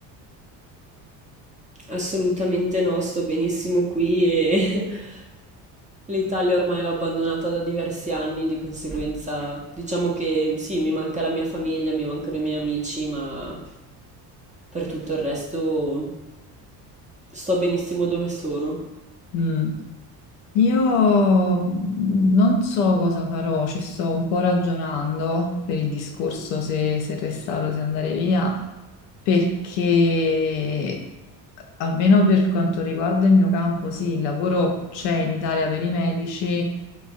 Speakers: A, on the right; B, on the left.
A: assolutamente no, sto benissimo qui e <laughs> L'Italia ormai l'ho abbandonata da diversi anni, di conseguenza diciamo che sì, mi manca la mia famiglia, mi mancano i miei amici, ma per tutto il resto sto benissimo dove sono.
B: mm, io non so cosa farò, ci sto un po' ragionando per il discorso se, se restare o se andare via. perché almeno per quanto riguarda il mio campo, sì, il lavoro c'è in Italia per i medici,